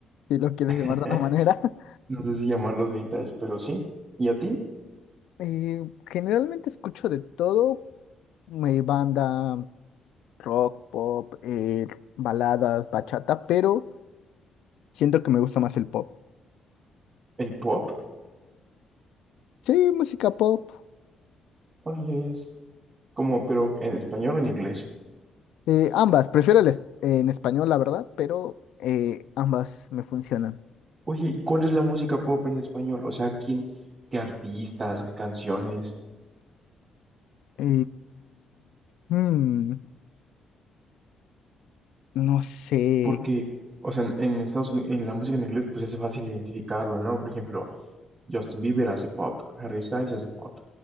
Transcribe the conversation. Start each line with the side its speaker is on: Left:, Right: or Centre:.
Left: Si lo quieres
Right: <laughs>
Left: llamar de una manera. <laughs>
Right: no sé si llamarlos vintage, pero sí. ¿Y a ti?
Left: Eh, generalmente escucho de todo, mi banda, rock, pop, eh, baladas, bachata, pero siento que me gusta más el pop.
Right: ¿El pop?
Left: Sí, música pop.
Right: Órale, es como, pero en español o en inglés.
Left: eh, ambas, prefiero el es- en español, la verdad, pero eh, ambas me funcionan.
Right: Oye, ¿y cuál es la música pop en español? O sea, ¿quién, qué artistas, qué canciones?
Left: Eh, mm, no sé.
Right: Porque, o sea, en, en Estados Unidos, en la música en inglés, pues es fácil identificarlo, ¿no? Por ejemplo, Justin Bieber hace pop, Harry Styles hace pop,